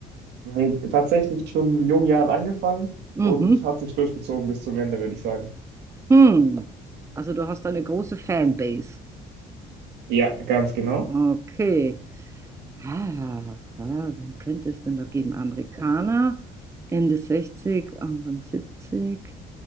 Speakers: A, on the right; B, on the right.
A: Nee, tatsächlich schon in jungen Jahren angefangen
B: Mhm.
A: und hat sich durchgezogen bis zum Ende, würde ich sagen.
B: Mhm. Also du hast eine große Fanbase.
A: Ja, ganz genau.
B: Okay. Ah, ah, wen könnte es denn da geben? Amerikaner, Ende 60 Anfang 70.